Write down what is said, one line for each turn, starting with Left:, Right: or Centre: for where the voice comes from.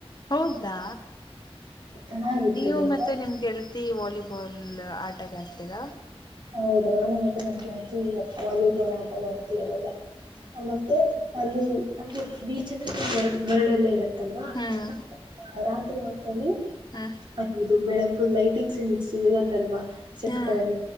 Left: ಹೌದಾ
Right: ಚೆನ್ನಾಗಿತ್ತು
Left: ನೀವು
Right: ಗೊತ್ತಾ
Left: ಮತ್ತೆ ನಿಮ್ ಗೆಳ್ತಿ ವಾಲಿ ಲಿಬಾಲ್ ಆಟಗಾರ್ತಿರ.
Right: ಹೌದು ನಾನು ಮತ್ತೆ ನನ್ ಗೆಳ್ತಿ ವಾಲಿಬಾಲ್ ಆಟಗಾರ್ತಿಯರಲ್ಲ. ಹ ಮತ್ತೆ ಅಲ್ಲಿ. ಅಂದ್ರೆ ಬೀಚ್ ಅಂದ್ರೇನೆ ಮರ್ಳ್ ಮರ್ಳ್ಯೆಲ್ಲ ಇರೋದ್ ದಲ್ವಾ
Left: ಹ್ಮ್
Right: <unintelligible> ಅರಾಮ್ ತ್ರಿಯತ್. ತೋಲಿ
Left: ಹ್ಮ
Right: ಅದ್ ಇದು ಬೆಳಗ್ ಗು ಲೈಟಿಂಗ್ಸ್ ಏನ್ ಇದ್ ಸಿಗುತ್ತಲ್ವಾ. ಸೆಟ್ಗಳಲ್ಲಿ.
Left: ಹಾ